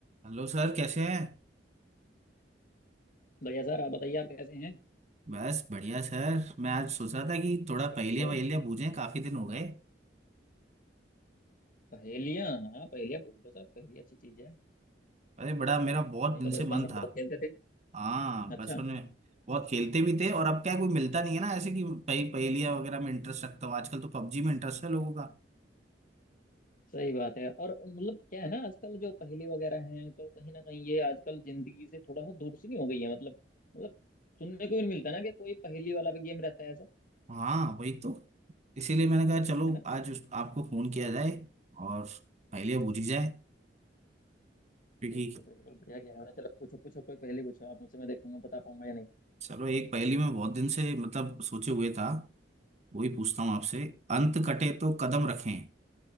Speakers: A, on the right (about 40°); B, on the left (about 50°).
A: Hello sir कैसे हैं
B: बढ़िया सर आप बताइए आप कैसे हैं
A: बस बढ़िया सर मैं आज सोचा था कि थोड़ा पहेलियाँ
B: ओ
A: वहेलियाँ बूझें काफ़ी दिन हो गए
B: पहेलियाँ हाँ पहेलियाँ पूछ लो सर पहेली अच्छी चीज है
A: अरे बड़ा मेरा बहुत
B: हम
A: दिन
B: तो
A: से
B: बचपन
A: मन
B: में
A: था
B: बहुत खेलते थे
A: हाँ
B: अच्छा
A: बचपन में बहुत खेलते भी थे और अब क्या है, कोई मिलता नहीं है ना ऐसे कि पह, पहेलियाँ वगैरह में इंटरेस्ट रखता हूँ आजकल तो पबजी में इंटरेस्ट है लोगों का
B: सही बात है और मतलब क्या है ना आजकल जो पहेली वगैरह हैं तो कहीं ना कहीं ये आजकल जिंदगी से थोड़ा सा दूर सी नहीं हो गई है मतलब मतलब सुनने को भी नहीं मिलता ना कि कोई पहेली वाला भी गेम रहता है ऐसा
A: हाँ वही तो इसीलिए मैंने कहा चलो
B: है ना
A: आज उस, आपको फ़ोन किया जाए और पहेलियाँ बूझी जाए क्योंकि
B: बिल्कुल बिल्कुल बढ़िया गया है चलो पूछो पूछो कोई पहेली पूछो आप मुझसे मैं देखूंगा बता पाऊंगा या नहीं
A: चलो एक पहेली में बहुत दिन से मतलब सोचे हुए था वही पूछता हूँ आपसे अंत कटे तो कदम रखें